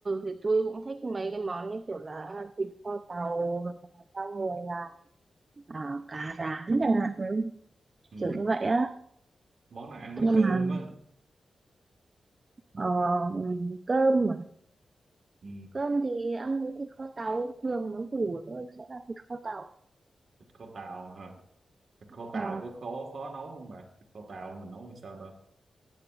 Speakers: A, on the right (about 35°); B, on the right (about 55°).
A: thì tôi cũng thích mấy cái món như kiểu là thịt kho tàu hoặc là rau người là à, cá rán chẳng hạn ừ,
B: ừ.
A: kiểu như vậy á
B: món nào ăn với
A: nhưng
B: cơm
A: mà
B: á
A: ờ, cơm mà
B: ừ.
A: cơm thì ăn với thịt kho tàu thường món củ của tôi sẽ là thịt kho tàu
B: thịt kho tàu hả thịt kho
A: Ờ,
B: tàu có khó khó nấu không bà thịt kho tàu mình nấu làm sao ta